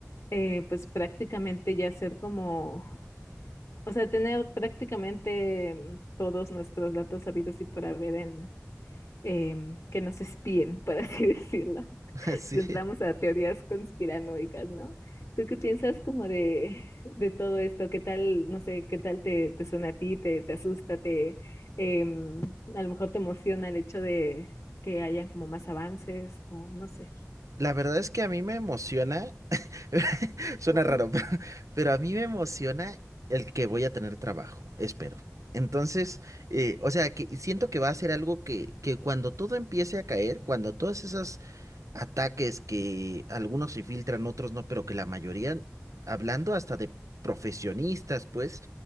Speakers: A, on the left; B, on the right.
A: eh, pues prácticamente ya ser como o sea, tener prácticamente mm, todos nuestros datos sabidos y por haber en em, que nos espíen, por así <laughs> decirlo.
B: <laughs> Sí.
A: Si entramos a teorías conspiranoicas, ¿no? ¿Tú qué piensas como de, de todo esto? ¿Qué tal, no sé, qué tal te, te suena a ti? ¿Te, te asusta? ¿Te, em, a lo mejor te emociona el hecho de que hayan como más avances o no sé?
B: La verdad es que a mí me emociona, <laughs> suena
A: Ujú,
B: raro, pero, pero a mí me emociona el que voy a tener trabajo, espero. Entonces, eh, o sea, que siento que va a ser algo que, que cuando todo empiece a caer, cuando todas esas ataques que algunos se filtran, otros no, pero que la mayoría, hablando hasta de profesionistas, pues,